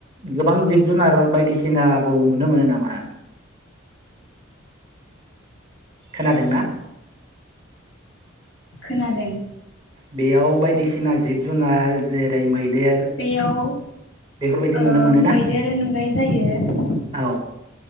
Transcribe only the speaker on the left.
खोनादों।
बेयाव
ओ
मैदेर नुनाय जायो